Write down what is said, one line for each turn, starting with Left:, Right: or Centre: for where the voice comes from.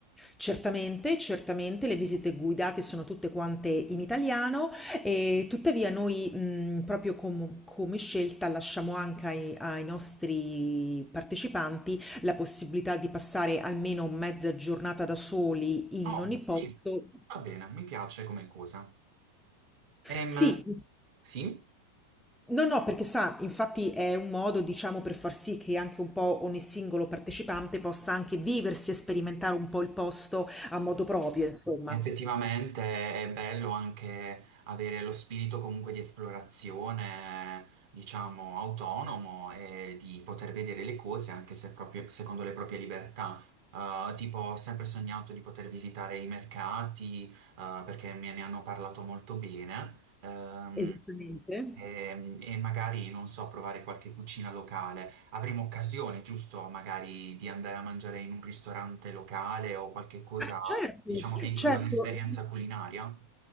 Centre: Certamente, certamente le visite guidate sono tutte quante in italiano e tuttavia noi mh, proprio com- come scelta lasciamo anche ai, ai nostri partecipanti la possibilità di passare almeno mezza giornata da soli
Right: Oh,
Centre: in ogni
Right: sì,
Centre: posto.
Right: va bene, mi piace come cosa. Ehm,
Centre: Sì,
Right: sì,
Centre: No, no, perché sa, infatti è un modo, diciamo, per far sì che anche un po' ogni singolo partecipante possa anche viversi e sperimentare un po' il posto a modo proprio, insomma.
Right: effettivamente è bello anche avere lo spirito comunque di esplorazione, diciamo, autonomo e di poter vedere le cose anche se proprio secondo le proprie libertà. Eh, tipo, ho sempre sognato di poter visitare i mercati, eh, perché me ne hanno parlato molto bene. Ehm,
Centre: Esattamente.
Right: Ehm, e magari, non so, provare qualche cucina locale. Avremo occasione, giusto, magari di andare a mangiare in un ristorante locale o qualche cosa,
Centre: Ah, certo,
Right: diciamo, che includa
Centre: certo.
Right: un'esperienza culinaria?